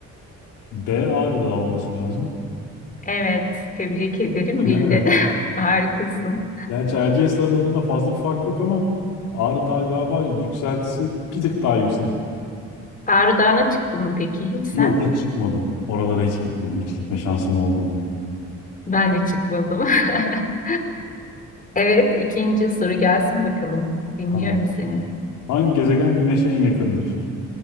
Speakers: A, on the left (about 85°); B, on the left (about 25°).
A: B Ağrı Dağı olması lazım.
B: Evet, tebrik ederim.
A: Evet.
B: Bildin. <laughs> Harikasın.
A: Gerçi Erciyes arasında fazla bir fark yok ama Ağrı Dağı galiba yükseltisi bir tık daha yüksek.
B: Ağrı Dağı'na çıktın mı peki hiç sen?
A: Yok hiç çıkmadım. Oralara hiç gitmedim. Hiç gitme şansım olmadı.
B: Ben de çıkmadım. <laughs> Evet, ikinci soru gelsin bakalım. Dinliyorum
A: Tamamdır.
B: seni.
A: Hangi gezegen Güneş'e en yakındır?